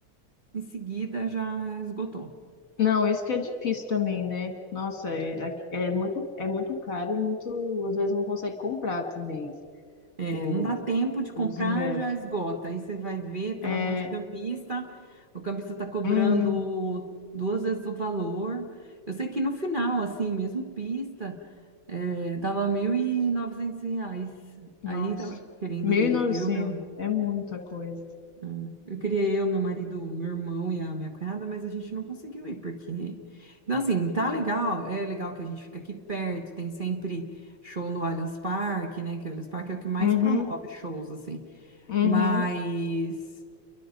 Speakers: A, on the right; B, on the left.
A: em seguida já esgotou.
B: Não, isso que é difícil também, né? Nossa, é, aqui- é muito, é muito caro e muito, às vezes não consegue comprar também
A: É,
B: o,
A: não dá tempo de comprar,
B: os ingressos.
A: já esgota. Aí você vai ver, tá
B: É,
A: na mão de cambista, o cambista tá cobrando
B: hum,
A: duas vezes o valor. Eu sei que no final, assim, mesmo pista, é, tava 1.900 reais.
B: nossa,
A: Aí tava querendo
B: mil
A: ir
B: e novecentos
A: eu, meu
B: é muita coisa.
A: É. Eu queria eu, meu marido, meu irmão e a minha cunhada, mas a gente não conseguiu ir, porque. Então, assim, tá legal, é legal que a gente fica aqui perto, tem sempre show no Allianz Parque, né? Que o Allianz Parque é o que mais
B: Uhum,
A: promove shows, assim.
B: uhum.
A: Mas,